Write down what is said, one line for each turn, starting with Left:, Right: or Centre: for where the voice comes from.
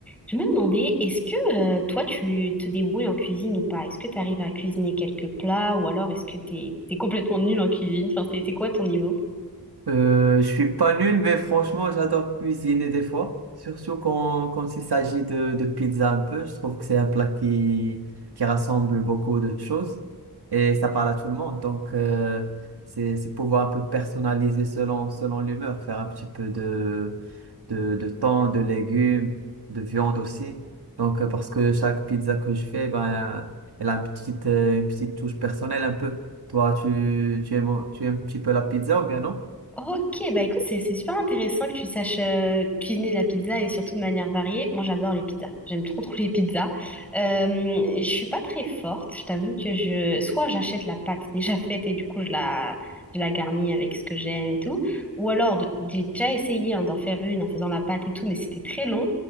Centre: Je me demandais, est-ce que euh, toi tu te débrouilles en cuisine ou pas? Est-ce que tu arrives à cuisiner quelques plats ou alors est-ce que t'es t'es complètement nul en cuisine? Enfin, c'est c'est quoi ton niveau?
Right: Euh, je suis pas nul, mais franchement, j'adore cuisiner des fois. Surtout quand, quand il s'agit de, de pizza un peu. Je trouve que c'est un plat qui, qui rassemble beaucoup de choses et ça parle à tout le monde. Donc, euh, c'est, c'est pouvoir un peu personnaliser selon, selon l'humeur, faire un petit peu de, de, de thon, de légumes, de viande aussi. Donc, euh, parce que chaque pizza que je fais, ben, elle a une petite, euh, une petite touche personnelle un peu. Toi, tu, tu aimes, tu aimes un petit peu la pizza ou bien non?
Centre: Ok, bah écoute, c'est c'est super intéressant que tu saches euh, cuisiner la pizza et surtout de manière variée. Moi, j'adore les pizzas. J'aime trop trop les pizzas. Euh, je suis pas très forte. Je t'avoue que je soit j'achète la pâte déjà <laughs> faite et du coup je la je la garnis avec ce que j'aime et tout, ou alors de- j'ai déjà essayé hein, d'en faire une en faisant la pâte et tout, mais c'était très long.